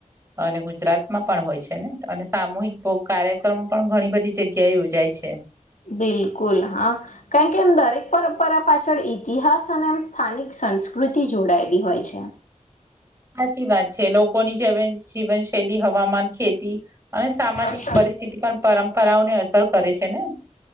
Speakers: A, on the right; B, on the left.
A: અને ગુજરાતમાં પણ હોય છે ને અને સામૂહિક કાર્યક્રમો પણ ઘણી બધી જગ્યાએ યોજાય છે.
B: બિલકુલ હા, કારણ કે એમ દરેક પરંપરા પાછળ ઈતિહાસ અને એમ સ્થાનિક સંસ્કૃતિ જોડાયેલી હોય છે.
A: સાચી વાત છે, લોકોની જેવન જીવનશૈલી, હવામાન, ખેતી અને સામાજિક
B: અચ્છા
A: પરિસ્થિતિ પણ પરંપરાઓને અસર કરે છેને.